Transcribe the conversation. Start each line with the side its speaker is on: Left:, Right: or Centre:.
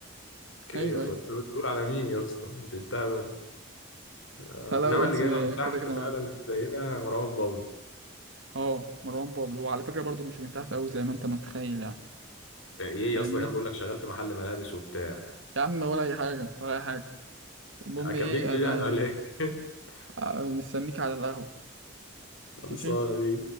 Left: امريكيه
Right: ايوه
Left: فانت
Right: ايوه
Left: بتقول على مين يا اسطى انت انت هبل آه،
Right: لا لا
Left: انما
Right: ويجز
Left: اللي جايبها من تحت
Right: كده كده
Left: فعلا
Right: معدي
Left: زينا مروان بابلو
Right: اه مروان بابلو وعلى فكرة برضو مش من تحت أوي زي ما أنت متخيل يعني
Left: آه، ايه
Right: فاهمني
Left: يا اسطى كان بيقول لك شغال في محل ملابس وبتاع
Right: يا عم ولا أي حاجة ولا أي حاجة المهم
Left: آه، كان
Right: إيه
Left: بيكذب
Right: أنا
Left: يعني ولا ايه <laughs>
Right: آه، مستنيك على القهوة
Left: خلصانه
Right: ماشي
Left: بيه